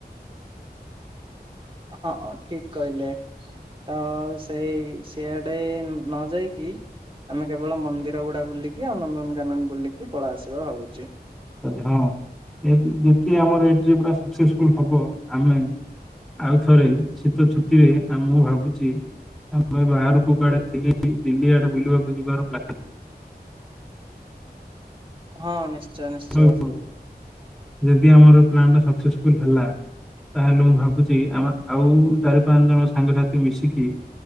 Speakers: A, on the right (about 30°); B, in the centre.
A: ହଁ ଠିକ କହିଲେ। ତ ସେଇ ସିଆଡ଼େ ନ ଯାଇକି। ଆମେ କେବଳ ମନ୍ଦିର ଗୁଡା ବୁଲିକି ଆଉ ନନ୍ଦନକାନନ ବୁଲିକି ପଳେଇ ଆସିବା ହଉଛି।
B: ହଁ ଯେତିକି ଆମର ଏଇ ଟ୍ରିପ୍ ଟା ସକ୍ସେସଫୁଲ୍ ହବ ଆମେ। ଆଉ ଥରେ ଶୀତ ଛୁଟିରେ ଆଉ ମୁଁ ଭାବୁଛି ଆମେ ବାହାରକୁ କୁଆଡେ ଦିଲ୍ଲୀ ଆଡେ ବୁଲିବାକୁ ଯିବାର୍ ପ୍ଲାନ୍
A: ହଁ ନିଶ୍ଚୟ ନିଶ୍ଚୟ।
B: ରହିବ ଯଦି ଆମର ପ୍ଲାନ୍ ଟା ସକ୍ସେସଫୁଲ ହେଲା। ତାହେଲେ ମୁଁ ଭାବୁଛି ଆମ ଆଉ ଚାରି ପାଞ୍ଚ ଜଣ ସାଙ୍ଗସାଥି ମିଶିକି।